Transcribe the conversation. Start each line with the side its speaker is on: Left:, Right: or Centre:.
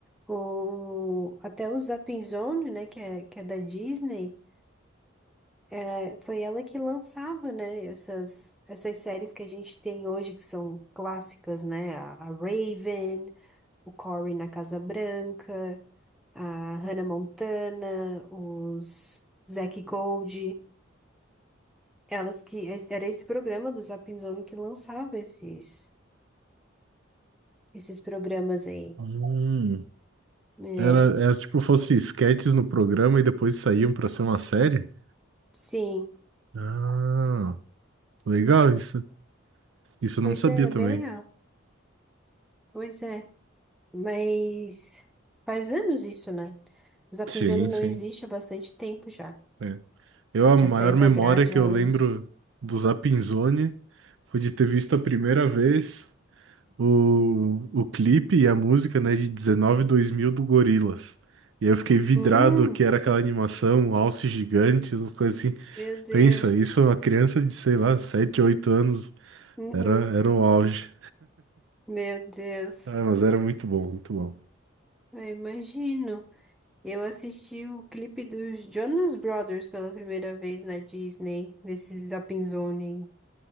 Centre: O, até o Zappzone, né, que é, que é da Disney, é, foi ela que lançava, né, essas, essas séries que a gente tem hoje, que são clássicas, né? A a Raven, o Cory na Casa Branca. a Hannah Montana, os Zack Gold, elas que era esse programa do Zap Zone que lançava esses esses programas aí.
Right: Hum,
Centre: É,
Right: Era, era tipo fosse sketches no programa e depois saíam pra ser uma série?
Centre: sim,
Right: Ah, legal isso. Isso eu
Centre: pois
Right: não sabia
Centre: é, era
Right: também.
Centre: bem legal. Pois é, mas faz anos isso, né? O Zap
Right: Sim,
Centre: Zone não
Right: sim.
Centre: existe há bastante tempo já.
Right: é. Eu, a maior
Centre: Já saiu
Right: memória
Centre: da grade
Right: que
Centre: há
Right: eu
Centre: anos.
Right: lembro do Zapinzone foi de ter visto a primeira vez. o, o clipe e a música, né, de 19 2000 do Gorillaz. E aí eu fiquei vidrado
Centre: Hum,
Right: que era aquela animação, um alce gigante, umas coisas assim.
Centre: meu Deus.
Right: Pensa, isso é uma criança de, sei lá, 7 8 anos.
Centre: Uhum,
Right: Era, era o auge.
Centre: meu Deus.
Right: Ah, mas era muito bom, muito bom.
Centre: Eu imagino. Eu assisti o clipe dos Jonas Brothers pela primeira vez na Disney, nesse Zapping Zone.